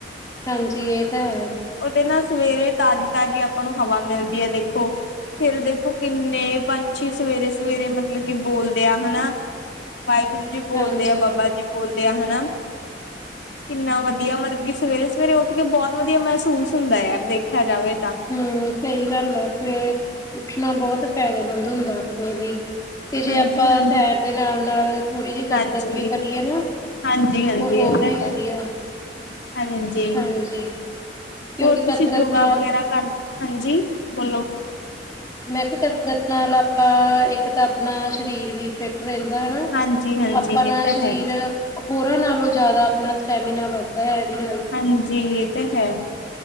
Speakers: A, on the left (about 20°); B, on the left (about 85°).
A: ਹਾਂਜੀ ਇਹ ਤਾਂ ਹੈ
B: ਉਹਦੇ ਨਾਲ ਸਵੇਰੇ ਤਾਜ਼ੀ ਤਾਜ਼ੀ ਆਪਾਂ ਨੂੰ ਹਵਾ ਮਿਲਦੀ ਹੈ ਦੇਖੋ ਫਿਰ ਦੇਖੋ ਕਿੰਨੇ ਪੰਛੀ ਸਵੇਰੇ ਸਵੇਰੇ ਮਤਲਬ ਕਿ ਬੋਲਦੇ ਆ ਹਨਾ ਵਾਹਿਗੁਰੂ ਜੀ ਬੋਲਦੇ
A: ਹਾਂਜੀ,
B: ਆ ਬਾਬਾ ਜੀ ਬੋਲਦੇ ਆ ਹਨ ਨਾ ਕਿੰਨਾ ਵਧੀਆ ਮਤਲਬ ਕਿ ਸਵੇਰੇ ਸਵੇਰੇ ਉੱਠ ਕੇ ਬਹੁਤ ਵਧੀਆ ਮਹਿਸੂਸ ਹੁੰਦਾ ਯਾਰ ਦੇਖਿਆ ਜਾਵੇ ਤਾਂ।
A: ਹਮ ਸਹੀ ਗੱਲ ਆ ਸਵੇਰੇ ਉੱਠਣਾ ਬਹੁਤ ਫਾਇਦੇਮੰਦ ਹੁੰਦਾ ਆਪਣੇ ਲਈ ਤੇ ਜੇ
B: ਹਾਂਜੀ
A: ਆਪਾਂ
B: ਹਾਂਜੀ।
A: ਸੈਰ ਦੇ ਨਾਲ ਨਾਲ ਥੋੜ੍ਹੀ ਜਿਹੀ ਕਸਰਤ
B: ਹਾਂਜੀ
A: ਵੀ ਕਰੀਏ ਨਾ
B: ਹਾਂਜੀ ਹਾਂਜੀ
A: ਉਹ ਹੋਰ
B: ਇਹ ਤਾਂ
A: ਵੀ
B: ਹੈ
A: ਵਧੀਆ
B: ਹਾਂਜੀ
A: ਹਾਂਜੀ ਕਿਉਂਕਿ
B: ਹੋਰ ਤੁਸੀਂ
A: ਕਸਰਤ
B: ਯੋਗਾ
A: ਨਾਲ
B: ਵਗੈਰਾ ਕਰ ਹਾਂਜੀ ਬੋਲੋ
A: ਮੈਂ ਕਿਹਾ ਕਤ ਨਾਲ ਾਂ ਇੱਕ ਤਾਂ ਆਪਣਾ ਸਰੀਰ ਵੀ ਫਿੱਟ ਰਹਿੰਦਾ ਹਨਾ
B: ਹਾਂਜੀ ਹਾਂਜੀ
A: ਆਪਾਂਣਾ
B: ਇਹ ਤਾਂ
A: ਸਰੀਰ
B: ਹੈ
A: ਹੋਰਾਂ ਨਾਲੋਂ ਜ਼ਿਆਦਾ ਆਪਣਾ ਸਟੈਮੀਨਾ ਵੱਧਦਾ ਹੈ ਨਾਲ।
B: ਹਾਂਜੀ ਇਹ ਤਾਂ ਹੈ,